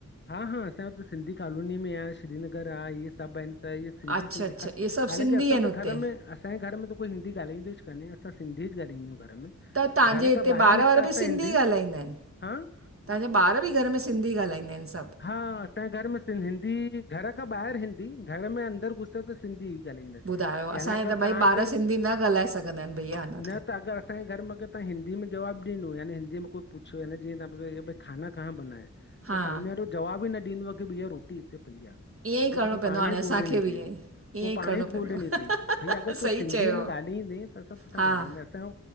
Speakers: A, on the left (about 35°); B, on the right (about 45°).
A: हा-हा असांजे हुते सिंधी कॉलोनी में आहे श्रीनगर आ इहे सभ आहिन। त इहे सिंधी-सिंधी
B: अच्छा अच्छा इहे सभु
A: हालाकी
B: सिंधी
A: असां
B: आहिनि हुते
A: त घर में असांजे घर में त कोईं हींदी ॻाल्हाईंदो ई कानेंअसां सिधी ॻालाईंदा आहियूं घर में।
B: त तव्हांजे
A: घर
B: हिते
A: खां ॿाहिरि
B: ॿार
A: निकितासीं
B: वार बि सिंधी
A: त हिंदी
B: ॻाल्हाईंदा आहिनि?
A: हा
B: तव्हांजा ॿार बि घर में सिंधी ॻाल्हाईंदा आहिनि सभु?
A: हा असांजे घर में सिंधी घर खां ॿाहिरि हिंदी घर में अंदर घुस त सिंधी ॻाल्हाईंदाइन
B: ॿुधायो असांजे
A: यानी अगरि
B: त भई
A: तव्हां
B: ॿार
A: अगरि
B: सिंधी न ॻाल्हाए सघंदा आहिनि भईया अञा
A: न त अगरि असांजे घर में अगर तवां हिंदी में जवाब ॾिनो याने हिंदीअ में कोई पुछ या जीअं तव्हां ये भई खाना कहां बना है?
B: हा
A: त साम्हे वारो जवाबु ई न ॾींदो आ की भईया रोटी हिते पई आ
B: ईअं ई करिणो
A: हू तोखे
B: पवंदो
A: पाण
B: हाणे
A: ई
B: असांखे
A: ॻोल्हिनी
B: बि
A: तई
B: ईअं ई ईअं
A: उ पाण
B: करिणो
A: ई
B: पवंदो
A: ॻोल्हणी तई भई अगरि तूं
B: सही
A: सिंधीअ
B: चयो
A: में ॻाल्हाईंदे त सब तोहसां
B: हा
A: ॻाल्हाईंदा, असांजो